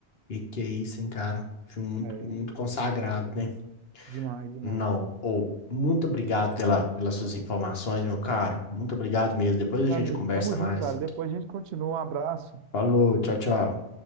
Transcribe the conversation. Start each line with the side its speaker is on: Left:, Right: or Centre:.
Left: E que é isso, hein, cara? Filme muito,
Right: É,
Left: muito consagrado, né?
Right: demais, demais.
Left: Não, ou muito obrigado pela, pelas suas informações, meu caro. Muito obrigado mesmo. Depois
Right: Meu
Left: a gente
Right: amigo,
Left: conversa
Right: tamo
Left: mais.
Right: junto, cara. Depois a gente continua. Um abraço.
Left: Falou, tchau, tchau.